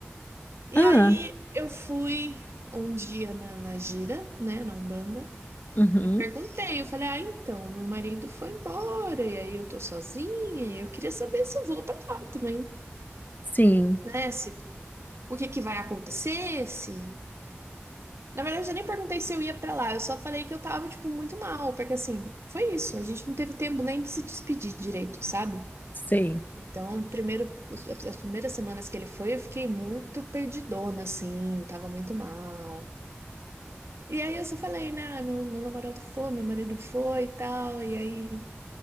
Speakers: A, on the right; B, on the left.
A: E
B: Ah,
A: aí eu fui um dia na, na gira, né, na Umbanda,
B: uhum.
A: e perguntei, eu falei, ah, então, meu marido foi embora, e aí eu tô sozinha, e eu queria saber se eu vou pra lá também,
B: Sim,
A: né? Se, o que que vai acontecer, se... Na verdade, eu nem perguntei se eu ia pra lá, eu só falei que eu tava, tipo, muito mal, porque assim, foi isso, a gente não teve tempo nem de se despedir direito, sabe?
B: sei.
A: Então, primeiro, os- as as primeiras semanas que ele foi, eu fiquei muito perdidona, assim, tava muito mal. E aí eu só falei, né, meu, meu namorado foi, meu marido foi e tal. E aí,